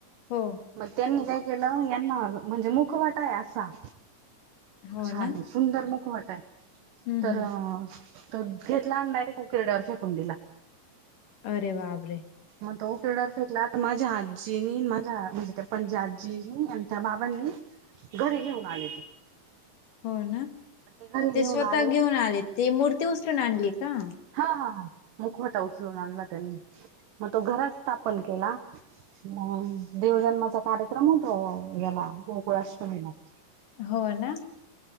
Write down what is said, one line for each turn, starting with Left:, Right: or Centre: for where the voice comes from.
Left: हो.
Right: मग त्यांनी काय केलं यांना म्हणजे मुखवट टा आहे असा.
Left: हो
Right: छान
Left: ना?
Right: सुंदर मुखवट आहे
Left: हम्म
Right: तर.
Left: हम्म.
Right: तो घेतला आणि डायरेक्ट उकिरड्यावर फेकून दिला.
Left: अरे बापरे.
Right: मग तो उकिरड्यावर फेकला तर माझ्या आज्जीनी माझ्या म्हणजे ते पणजी आज्जीनी आणि त्या बाबांनी घरी घेऊन आले.
Left: हो ना
Right: घरी घेऊन
Left: ते स्वतः
Right: आले
Left: घेऊन आले, ते मूर्ती उचलून आणली का?
Right: हा हा हा मुखवटा उचलून आणला त्यांनी मग तो घरात स्थापन केला. म देवधर्माचा कार्यक्रम होतो याला गोकुळाष्टमीला
Left: हो ना.